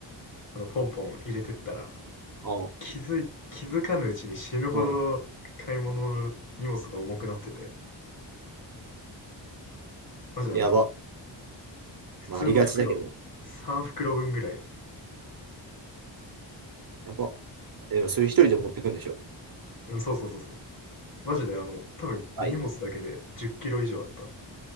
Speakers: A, on the left; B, on the right.
A: あのポンポン入れてったら
B: ああ、
A: 気づい気づかぬうちに死ぬほど買い物の荷物が重くなってて
B: うん、
A: マジであの
B: やば。
A: 普通の袋3袋分ぐらい
B: まあ、ありがちだけど、やば。でも、それ一人で持ってくんでしょ
A: うんそうそうそうそうマジであの多分荷物だけで1
B: はいね。
A: 0キロ以上あった